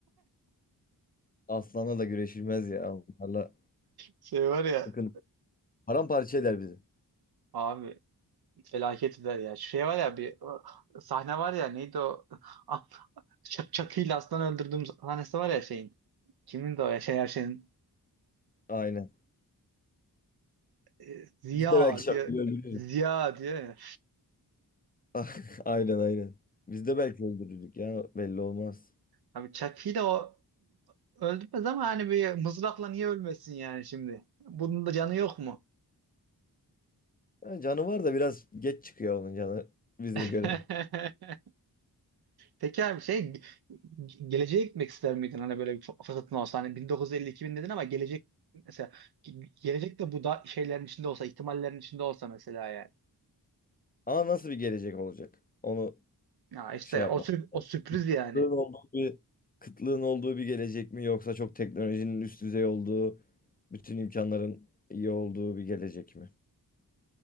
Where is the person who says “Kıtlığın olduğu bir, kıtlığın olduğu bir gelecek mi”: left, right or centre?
Left